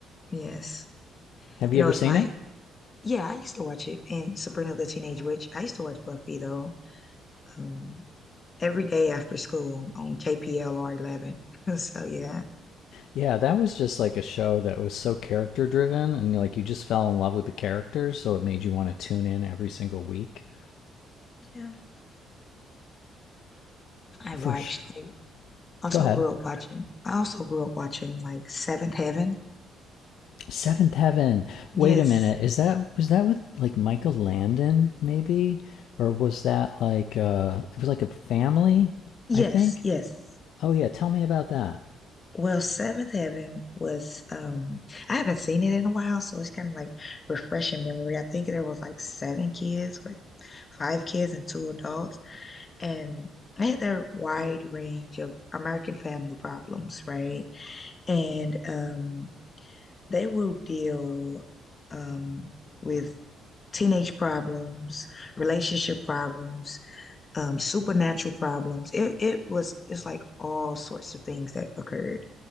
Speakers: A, on the left (about 30°); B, on the left (about 75°).
A: Yes.
B: Have
A: You
B: you
A: know,
B: ever
A: it's
B: seen
A: my
B: it?
A: yeah, I used to watch it and Sabrina the Teenage Witch. I used to watch Buffy though. Um every day after school on KPLR 11. <laughs> So yeah.
B: Yeah, that was just like a show that was so character driven and like you just fell in love with the characters, so it made you want to tune in every single week.
A: Yeah. I
B: For
A: watched
B: sure.
A: I also
B: Go ahead.
A: grew up watching. I also grew up watching like Seventh Heaven.
B: Seventh Heaven.
A: Yes.
B: Wait a minute. Is that was that with like Michael Landon maybe? Or was that like uh it was like a family,
A: Yes,
B: I think?
A: yes.
B: Oh yeah, tell me about that.
A: Well, Seventh Heaven was um I haven't seen it in a while, so it's kind of like refreshing memory. I think there was like seven kids or five kids and two adults, and I had that wide range of American family problems, right? And um they will deal um with teenage problems, relationship problems, um, supernatural problems. It it was it's like all sorts of things that occurred,